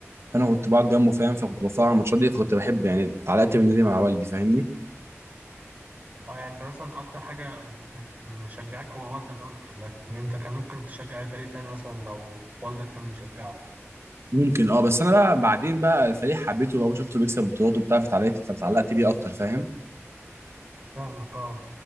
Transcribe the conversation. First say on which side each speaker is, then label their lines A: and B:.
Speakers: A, on the right (about 60°); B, on the right (about 35°).
A: فانا كنت بقعد جنبه فاهم فكنت بتفرج على الماتشات دي فكنت بحب يعني اتعلقت بالنادي مع والدي فاهمني
B: اه يعني انت مثلا اكتر حاجة كانت مشجعك هو والدك اكتر لكن انت كان ممكن تشجع اي فريق تاني مثلا لو والدك كان بيشجعه
A: ممكن اه بس انا بقى بعدين بقى الفريق حبيته بقى وشفته بيكسب بطولات وبتاع فتعلقت فتعلقت بيه اكتر فاهم
B: فاهمك اه